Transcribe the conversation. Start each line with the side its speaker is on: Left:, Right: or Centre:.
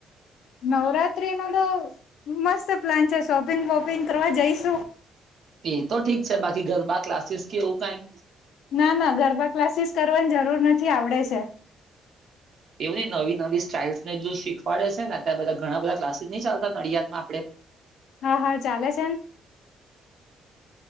Left: નવરાત્રી નો તો મસ્ત પ્લાન છે, શોપિંગ વોપિંગ કરવા જઈશું
Right: એ તો ઠીક છે, બાકી ગરબા ક્લાસીસ કેવું કાઈ
Left: ના ના ગરબા ક્લાસીસ કરવાની જરૂર નથી આવડે છે.
Right: એવું નહી નવી નવી સ્ટાઇલ્સને જો શીખવાડે છે, ને ત્યાં બધા ઘણા બધા ક્લાસીસ નહી ચાલતા નડિયાદમાં આપણે
Left: હા હા ચાલે છે.